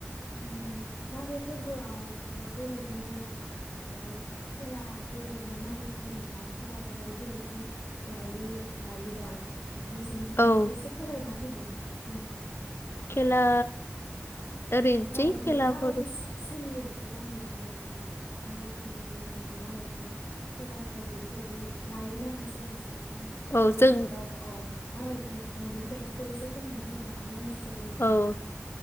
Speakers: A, on the left; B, on the left.
A: ओम मागो फोरबोआव ओ बेबायदिनो ओ खेला बेबायदिनो मागोफोरनि मुङाव खेला दुला बेफोरबायदि लायो लायो दा ओम। नोंसोरनि खिबोना
B: औ
A: एसे ना होदो नोंथाङा।
B: खेला ओरैनोसै
A: माबायदि
B: खेलाफोर
A: माबायदि सो सोलियो नों बिसोर गामियाव माबायदि मागो फोरबोनि माबायदि खेलाफोर बेफोरबायदि लायोना खायसे खायसे आ
B: औ
A: ओनसोलफोराव
B: जों
A: औ। माबायदि औ बेफोरबायदिखौ एसे फोरमायना होबा मोजां जायो नोंथां
B: औ
A: ‌।